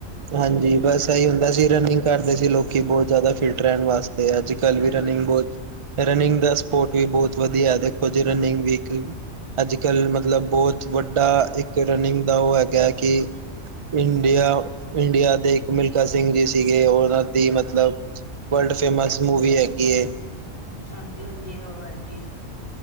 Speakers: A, on the right (about 30°); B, on the left (about 30°).
A: ਹਾਂਜੀ। ਬਸ ਇਹੀ ਹੁੰਦਾ ਸੀ ਰਨਿੰਗ ਕਰਦੇ ਸੀ ਲੋਕੀ ਬਹੁਤ ਜ਼ਿਆਦਾ ਫਿਟ ਰਹਿਣ ਵਾਸਤੇ। ਤੇ ਅੱਜ ਕਲ ਵੀ
B: ਹਾਂਜੀ-ਹਾਂਜੀ,
A: ਰਨਿੰਗ ਬਹੁਤ, ਰਨਿੰਗ ਦਾ ਸਪੋਰਟ ਵੀ ਬਹੁਤ। ਵਧੀਆ। ਦੇਖੋ ਜੀ ਰਨਿੰਗ ਵੀ ਇਕ ਅੱਜ ਕੱਲ੍ਹ ਮਤਲਬ ਬਹੁਤ ਵੱਡਾ ਇੱਕ ਰਨਿੰਗ ਦਾ ਉਹ ਹੈਗਾ ਹੈ। ਕਿ ਇੰਡੀਆ- ਇੰਡੀਆ ਦੇ ਇੱਕ ਮਿਲਖਾ ਸਿੰਘ ਜੀ ਸੀਗੇ ਉਹਨਾਂ ਦੀ ਮਤਲਬ ਵਰਲਡ ਫੇਮਸ ਮੂਵੀ ਹੈਗੀ ਏ।
B: ਹਾਂਜੀ- ਹਾਂਜੀ ਉਹ ਹੈਗੀ।